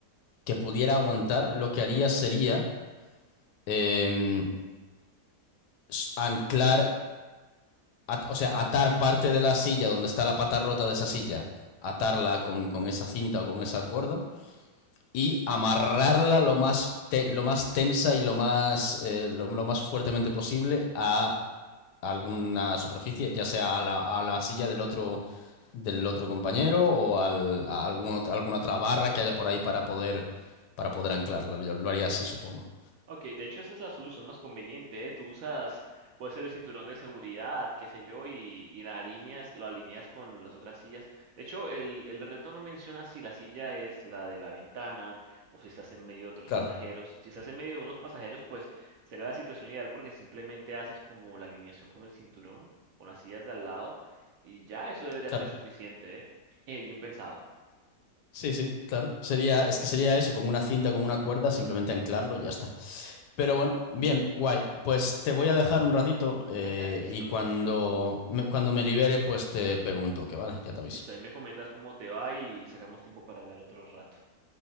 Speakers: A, on the left; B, on the right.
A: que pudiera aguantar, lo que haría sería eh, s- anclar, at- o sea, atar parte de la silla donde está la pata rota de esa silla, atarla con, con esa cinta o con esa cuerda y amarrarla lo más, te- lo más tensa y lo más, eh, lo lo más fuertemente posible a a alguna superficie, ya sea a la, a la silla del otro, del otro compañero o al- a algún ot- alguna otra barra que haya por ahí para poder, para poder anclarla. Yo lo haría así, supongo.
B: Ok, de hecho esa es la solución más conveniente, ¿eh? Tú usas, puede ser el cinturón de seguridad, qué sé yo, y, y la alineas, lo alineas con las otras sillas. De hecho, el, el reto no menciona si la silla es la de la ventana o si estás en medio de otros
A: Claro,
B: pasajeros. Si estás en medio de unos pasajeros, pues será la situación ideal porque simplemente haces como la alineación con el cinturón, con las sillas de al lado, y ya eso debería
A: claro.
B: ser suficiente, ¿eh? <laughs> Eh, Bien pensado.
A: Sí, sí, claro. Sería, es que sería eso, con una cinta, con una cuerda, simplemente anclarlo y ya está. Pero bueno, bien, guay. Pues te voy a dejar un ratito eh,
B: <laughs> Listo.
A: y cuando me, cuando me libere, pues te pego un toque, ¿vale? Ya te aviso.
B: Listo, ahí me comentas cómo te va y sacamos tiempo para hablar otro rato.